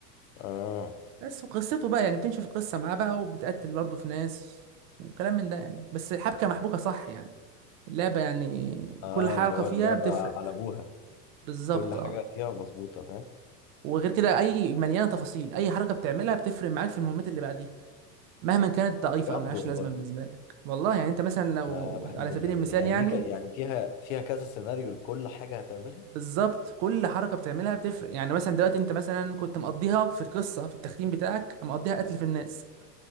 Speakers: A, on the left (about 55°); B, on the right (about 55°).
A: اه
B: بس وقصته بقى يعني بتمشي في قصة معاه بقى وبتقتل برضه في ناس وكلام من ده يعني بس حبكة محبوكة صح يعني اللعبة يعني
A: اه
B: كل حركة
A: اللي هو
B: فيها
A: اللعبة
B: بتفرق
A: على ابوها
B: بالظبط
A: كل حاجة
B: اه
A: فيها مظبوطة فاهم
B: وغير كده اي مليانة تفاصيل اي حركة بتعملها بتفرق معاك في المهمات اللي بعديها مهما كانت ضعيفة
A: بجد
B: او ملهاش
A: والله
B: لازمة بالنسبة لك والله يعني انت مثلا لو
A: انا بحب
B: على سبيل
A: اللعبة
B: المثال
A: دي يعني
B: يعني
A: ليك يعني فيها فيها كذا سيناريو لكل حاجة هتعملها
B: بالظبط كل حركة بتعملها بتفرق يعني مثلا دلوقتي انت مثلا كنت مقضيها في القصة في التختيم بتاعك مقضيها قتل في الناس